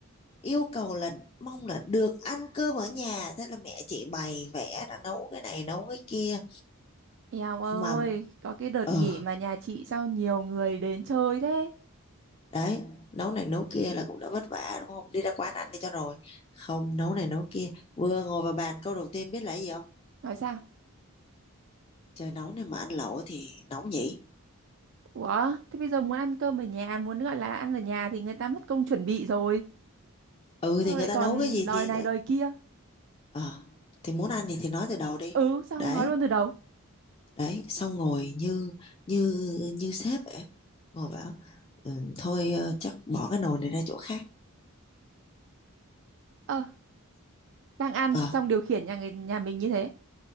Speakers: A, on the left (about 25°); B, on the right (about 55°).
A: yêu cầu là mong là được ăn cơm ở nhà thế là mẹ chị bày vẽ ra nấu cái này nấu cái kia
B: Eo ơi,
A: mà
B: có cái đợt
A: ờ
B: nghỉ mà nhà chị sao nhiều người đến chơi thế?
A: đấy nấu này nấu kia là cũng đã vất vả đúng không đi ra quán ăn đi cho rồi không nấu này nấu kia vừa ngồi vào bàn câu đầu tiên biết là gì không
B: Nói sao?
A: trời nóng này mà ăn lẩu thì nóng nhỉ
B: Ủa, thế bây giờ muốn ăn cơm ở nhà, muốn gọi là ăn ở nhà thì người ta mất công chuẩn bị rồi.
A: ừ
B: Sao
A: thì người
B: lại
A: ta
B: còn
A: nấu cái gì
B: đòi
A: thì
B: này đòi kia?
A: ờ thì muốn ăn thì thì nói từ đầu đi
B: Ừ, sao
A: đấy
B: không nói luôn từ đầu?
A: đấy xong ngồi như như như sếp vậy ngồi bảo ừ, thôi ờ, chắc bỏ cái nồi này ra chỗ khác
B: Ờ, đang ăn,
A: ờ
B: xong điều khiển nhà người nhà mình như thế.